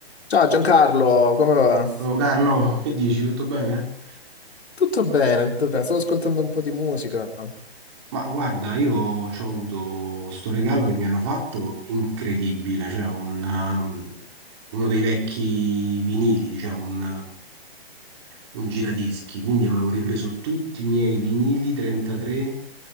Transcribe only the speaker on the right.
Oh, Carlo, che dici? Tutto bene?
Ma guarda, io ho avuto sto regalo che mi hanno fatto incredibile, cioè un, um, uno dei vecchi vinili, diciamo, un, uh, un giradischi, quindi avevo ripreso tutti i miei vinili 33